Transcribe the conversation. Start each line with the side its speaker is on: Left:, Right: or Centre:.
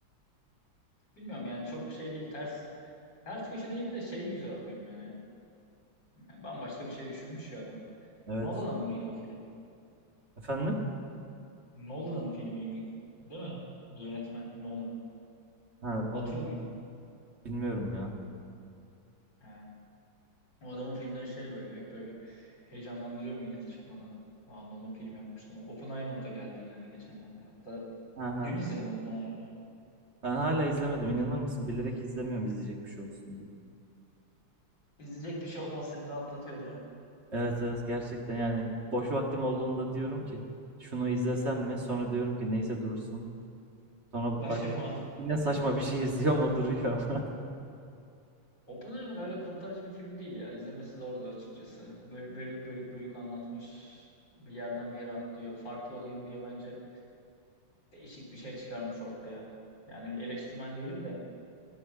Left: Bilmiyorum yani çok şey değil ters ters köşe değil de şey güzel o film yani. Yani bambaşka bir şey düşünmüş ya adam.
Right: Evet.
Left: Nolan'ın mıydı o film?
Right: Efendim?
Left: Nolan'ın filmiydi. Değil mi? Yönetmen Nolan.
Right: Ha, onu
Left: Atıyor muyum?
Right: bilmiyorum ya.
Left: He. O adamın filmleri şey böyle hep böyle heyecanlandırıyor milleti çıkmadan. Aa Nolan film yapmış. Nolan. Oppenheimer da geldi yani geçenlerde. Hatta
Right: Ha,
Left: dün
Right: ha.
Left: izledim Oppenheimer'ı.
Right: Ben hala izlemedim. inanır mısın? Bilerek izlemiyorum izleyecek bir şey olsun diye.
Left: İzleyecek bir şey olmaz seni rahatlatıyor değil mi?
Right: Evet evet gerçekten yani boş vaktim olduğunda diyorum ki şunu izlesem mi? Sonra diyorum ki neyse dursun. Sonra
Left: Başka
Right: baş...
Left: zaman.
Right: yine saçma bir şey <laughs> izliyorum o duruyor. <laughs>
Left: Oppenheimer öyle kurtarıcı bir film değil ya. İzlemesi zordu açıkçası. Böyle bölük bölük bölük anlatmış. Bir yerden bir yere atlıyor. Farklı olayım diye bence değişik bir şey çıkarmış ortaya. Yani eleştirmen değilim de.